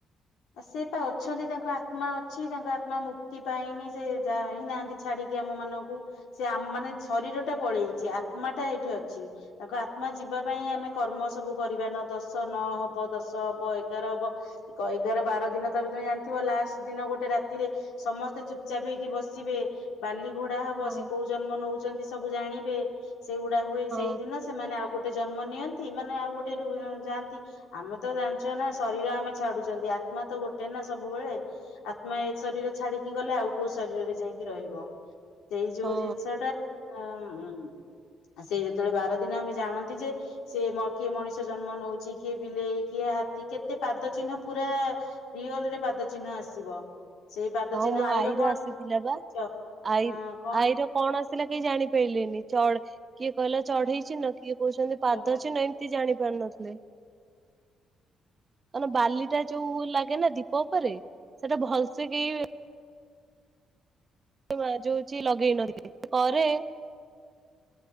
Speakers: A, on the left (about 80°); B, on the right (about 35°).
A: ସେ ତା ଅଛନ୍ତି ତାଙ୍କ ଆତ୍ମା ଅଛି ତାଙ୍କ ଆତ୍ମା ମୁକ୍ତି ପାଇନି ସେ ଯାଇ ନାହାନ୍ତି। ଛାଡିକି ଆମ ମାନଙ୍କୁ। ସେ ଆମ୍ ମାନେ ଶରୀର ଟା ପଳେଇଛି ଆତ୍ମା ଟା ଏଇଠି ଅଛି। ତାଙ୍କ ଆତ୍ମା ଯିବା ପାଇଁ ଆମେ କର୍ମ ସବୁ କରିବା ନଅ ଦଶ ନଅ ହବ ଦଶ ହବ ଏଗାର ହବ କ ଏଗାର ବାର ଦିନ ତା ତମେ ଜାଣିଥିବ ଲାଷ୍ଟ ଦିନ ଗୋଟେ ରାତିରେ ସମସ୍ତେ ଚୁପୁଚାପ ହେଇକି ବସିବେ। ବାଲି ଗୋଡ଼ା ହବ
B: ହଁ
A: ସେ କୋଉ ଜନ୍ମ ନଉଛନ୍ତି ସବୁ ଜାଣିବେ। ସେଗୁଡା ହୁଏ
B: ହଁ
A: ସେଇ ଦିନ ସେ ସେମାନେ ଆଉ ଗୋଟେ ଜନ୍ମ ନିଅନ୍ତି ମାନେ ଆଉ ଗୋଟେ ରୁ ଯାଆନ୍ତି ଆମେ ତ ଜାଣିଚ ନା ଶରୀର ଆମେ ଛାଡୁଛନ୍ତି ଆତ୍ମା ତ ଗୋଟେ ନା ସବୁବେଳେ। ଆତ୍ମା ଏ ଶରୀର ଛାଡିକି ଗଲେ ଆଉ କୋଉ ଶରୀରରେ ଯାଇକି ରହିବ। ସେଇ ଯୋଉ
B: ହଁ।
A: ଜିନିଷ ଟା ତ ଉଁ। ସେଇ ଯେତେବେଳେ ବାର ଦିନ ଆମେ ଜାଣନ୍ତି ଯେ ସେ ମ କିଏ ମଣିଷ ଜନ୍ମ ନଉଛି କିଏ ବିଲେଇ କିଏ ହାତୀ କେତେ ପାଦ ଚିହ୍ନ ପୁରା ରିଅଲ୍ ରେ ପାଦ ଚିହ୍ନ ଆସିବ। ସେଇ ପାଦ
B: ହଁ
A: ଚିହ୍ନ
B: ମୋ
A: ଆଇର
B: ଆଈର
A: କଣ
B: ଆସିଥିଲା ବା
A: ହଁ
B: ଆଈ
A: କଣ <unintelligible>
B: ଆଈର କଣ ଆସିଲା କେହି ଜାଣିପାରିଲେନି ଚଢ କିଏ କହିଲା ଚଢେଇଛି ଚିହ୍ନ କିଏ କହୁଛନ୍ତି ପାଦ
A: ହଁ
B: ଚିହ୍ନ ଏମିତି ତି ଜାଣି ପାରୁ ନଥିଲେ କାରଣ ବାଲିଟା ଯୋଉ ଲାଗେ ନା ଦୀ ଦୀପ ଉପରେ ସେଟା ଭଲସେ କେହି ସେ ମା ଯଉ ହଉଛି ଲଗେଇ ନାହାନ୍ତି ସେ କରେ <unintelligible>